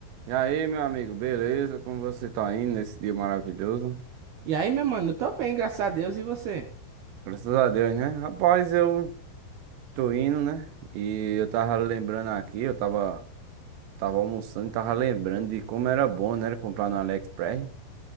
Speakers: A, on the right; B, on the right.
A: E aí, meu amigo, beleza? Como você tá indo nesse dia maravilhoso?
B: E aí, meu mano, eu tô bem, graças a Deus, e você?
A: Graças a Deus, né? Rapaz, eu tô indo, né? E eu tava lembrando aqui, eu tava, tava almoçando e tava lembrando de como era bom, né? Comprar no AliExpress.